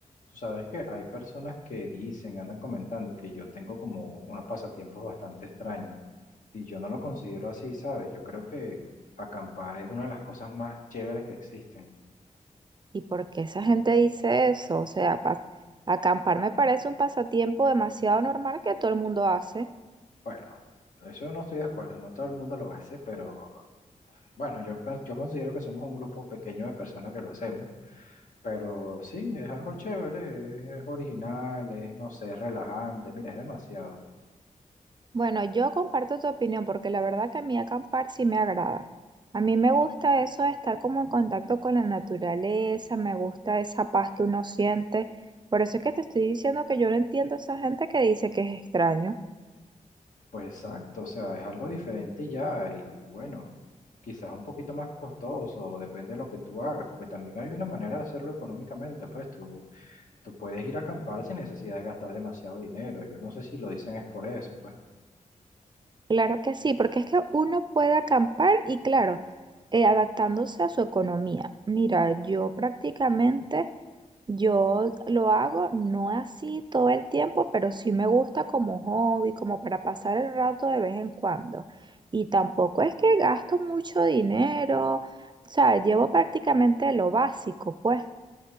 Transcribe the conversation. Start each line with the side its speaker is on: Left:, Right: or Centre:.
Left: Tú sabes que hay personas que dicen, andan comentando que yo tengo como unos pasatiempos bastante extraños y yo no lo considero así, ¿sabes? Yo creo que acampar es una de las cosas más chéveres que existen.
Right: ¿Y por qué esa gente dice eso? O sea, pa- acampar me parece un pasatiempo demasiado normal que todo el mundo hace.
Left: Bueno, eso no estoy de acuerdo, no todo el mundo lo hace, pero bueno, yo, pe- yo considero que somos un grupo pequeño de personas que lo hacemos, pero sí, es algo chévere, es, es original, es, no sé, es relajante, mira, es demasiado.
Right: Bueno, yo comparto tu opinión porque la verdad que a mí acampar sí me agrada. A mí me gusta eso de estar como en contacto con la naturaleza, me gusta esa paz que uno siente. Por eso es que te estoy diciendo que yo no entiendo a esa gente que dice que es extraño.
Left: Pues exacto, o sea, es algo diferente y ya, y bueno, quizás un poquito más costoso, depende de lo que tú hagas, porque también hay una manera de hacerlo económicamente, pues tú, tú puedes ir a acampar sin necesidad de gastar demasiado dinero, yo no sé si lo dicen es por eso, pues.
Right: Claro que sí, porque es que uno puede acampar y claro, eh, adaptándose a su economía. Mira, yo prácticamente, yo lo hago no así todo el tiempo, pero sí me gusta como hobby, como para pasar el rato de vez en cuando. Y tampoco es que gasto mucho dinero, o sea, llevo prácticamente lo básico, pues.